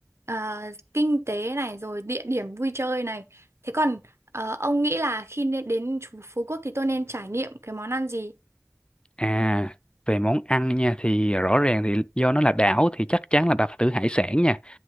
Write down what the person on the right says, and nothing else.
Ờ, kinh tế này rồi địa điểm vui chơi này. Thế còn ờ, ông nghĩ là khi nên đến chú Phú Quốc thì tôi nên trải nghiệm cái món ăn gì?